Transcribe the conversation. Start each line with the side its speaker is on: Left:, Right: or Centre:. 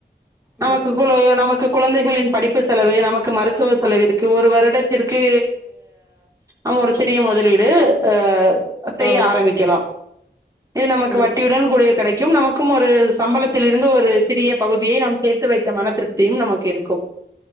Right: நமக்கு
Centre: ம்
Right: குழு நமக்கு குழந்தைகளின் படிப்பு செலவு நமக்கு மருத்துவ செலவு இருக்கு ஒரு வருடத்திற்கு அ ஒரு சிறிய முதலீடு ஆ செய்ய
Centre: ம்
Right: ஆரம்பிக்கலாம் இது நமக்கு
Centre: ம்
Right: வட்டியுடன் கூடிய கெடைக்கும் நமக்கும் ஒரு சம்பளத்தில் இருந்து ஒரு சிறிய பகுதியை நாம் சேர்த்து வைத்த மன திருப்தியும் நமக்கு இருக்கும்